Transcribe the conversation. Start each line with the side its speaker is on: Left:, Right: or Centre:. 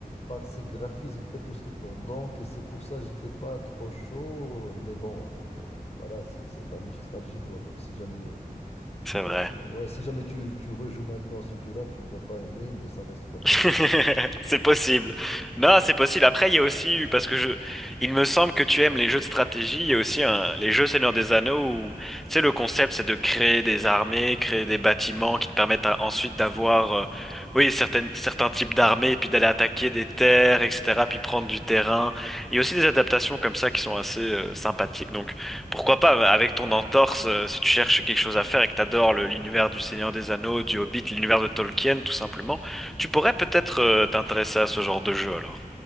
Left: par ses graphismes époustouflants. Donc, c'est pour ça que j'étais pas trop chaud. euh, Mais bon, donc euh, voilà, c'est c'est de la nostalgie, quoi. Donc, si jamais, euh,
Centre: C'est
Left: bon,
Centre: vrai.
Left: ouais, si jamais tu, tu rejoues maintenant à ce jeu-là, tu ne vas pas aimer, mais ça reste quand même.
Centre: <laughs>
Left: euh,
Centre: C'est possible. Non,
Left: bon,
Centre: c'est possible. Après, il y a aussi, eu- parce que je, il me semble que tu aimes les jeux de stratégie, il y a aussi un, les jeux Seigneur des Anneaux où, tu sais, le concept, c'est de créer des armées, créer des bâtiments qui te permettent à- ensuite d'avoir, euh, oui, certaines, certains types d'armées, puis d'aller attaquer des terres, etc., puis prendre du terrain. Il y a aussi des adaptations comme ça qui sont assez, euh, sympathiques. Donc, pourquoi pas, avec ton entorse, euh, si tu cherches quelque chose à faire et que t'adores le- l'univers du Seigneur des Anneaux, du Hobbit, l'univers de Tolkien, tout simplement. Tu pourrais peut-être euh, t'intéresser à ce genre de jeu alors.